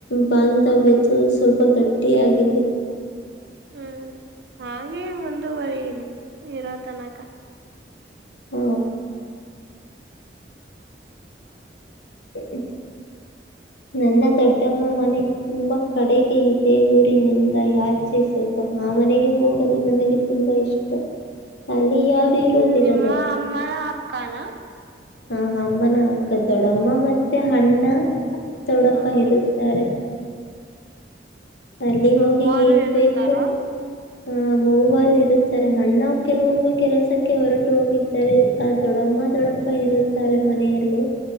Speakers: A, on the left; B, on the right.
A: ಬಾಂಧವ್ಯತ ಸ್ವಲ್ಪ ಗಟ್ಟಿಯಿಯಗಾಗಿದೆ
B: ಹ್ಮ್ ಹಾಗೆ ಮುಂದುವರಿಲಿ ಇರುವ ತನಕ
A: ಹ <unintelligible> ನನ್ನ ದೊಡ್ಡಮ್ಮ ಮನೆ ತುಂಬಾ ಕಡೆಗೆ ಇದೆ ಊರಿನಿಂದ ಯಾಚೆ ಸ್ವಲ್ಪ ಹಾ ಮನೆಗೆ ಹೋಗಲು ನನಗೆ ತುಂಬಾ ಇಷ್ಟ
B: <inaudible>
A: ಅಲ್ಲಿ ಯಾರು
B: ಹ ಹ್ಮ್
A: ಇರುವುದಿಲ್ಲ
B: ನಿಮ್ಮ ಅಮ್ಮನ ಅಕ್ಕಾನ
A: ಹ ಅಮ್ಮನ ಹಕ್ಕ ದೊಡ್ಡಮ್ಮ ಮತ್ತೆ ಅಣ್ಣ ದೊಡ್ಡಪ್ಪ
B: ಹ್ಮ್
A: ಇರುತ್ತಾರೆ
B: <inaudible>
A: ಅಲ್ಲಿ ಹೋಗಿ
B: ಮೂವರು
A: ಹೇಗ್ಬೇಕು
B: ಇರುತ್ತಾರ
A: ಆ ಮೂವರು ಇರುತ್ತಾರೆ ಅಣ್ಣ ಕೆಲವೊಮ್ಮೆ ಕೆಲಸಕ್ಕೆ ಹೊರಟು ಹೋಗಿದ್ದಾರೆ ಆ ದೊಡ್ಡೊಮ್ಮ ತಮ್ಮ ದೊಡ್ಡಪ್ಪ ಇರುತ್ತಾರೆ ಮನೆಯಲ್ಲಿ